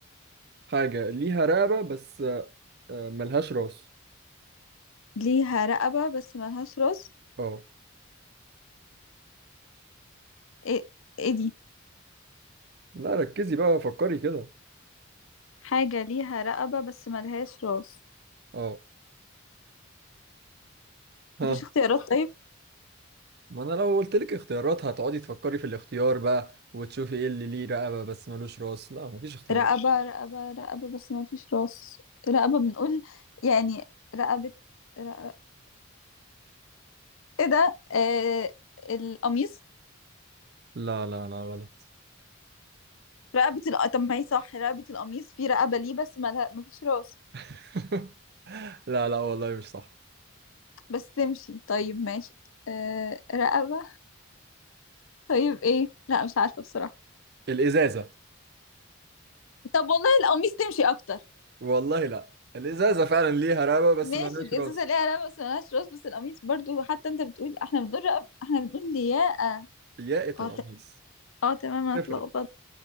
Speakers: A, on the right; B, on the left.
A: حاجة ليها رقبة بس أه ملهاش راس
B: ليها رقبة بس ملهاش راس
A: اه
B: ايه ايه دي
A: لا ركزي بقى فكري كده
B: حاجة ليها رقبة بس ملهاش راس
A: اه ها
B: مفيش اختيارات طيب
A: ما انا لو قلت لك اختيارات هتقعدي تفكري في الاختيار بقى وتشوفي ايه اللي ليه رقبة بس ملوش راس لا مفيش اختيارات
B: رقبة رقبة رقبة بس مفيش راس رقبة بنقول يعني رقبة رقبة ايه ده آه القميص
A: لا لا لا غلط
B: رقبة ال... طب ما هي صح رقبة القميص في رقبة ليه بس ما لها... ما فيش راس
A: <laughs> لا لا والله مش صح
B: بس تمشي طيب ماشي آه رقبة طيب ايه لا مش عارفة بصراحة
A: الازازة
B: طب والله القميص تمشي اكتر
A: والله لا الازازة فعلا ليها رقبة بس
B: ماشي
A: ملهاش
B: الازازة
A: راس
B: ليها رقبة بس ملهاش راس بس القميص برضو حتى انت بتقول احنا بنقول رقبة احنا بنقول لياقة
A: يا
B: اه
A: القميص
B: ت... اه تمام انا
A: تفرق
B: اتلخبطت